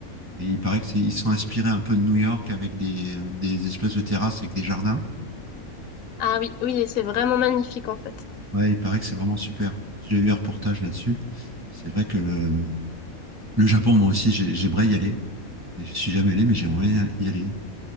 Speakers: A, on the right (about 15°); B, on the left (about 70°).
A: et il paraît que c'est, ils sont inspirés un peu de New York avec des, des espèces de terrasses avec des jardins.
B: Ah oui, oui, et c'est vraiment magnifique en fait.
A: Ouais, il paraît que c'est vraiment super. J'ai vu un reportage là-dessus. C'est vrai que le, le Japon, moi aussi, j'ai- j'aimerais y aller. Mais je suis jamais allé, mais j'aimerais bien y aller.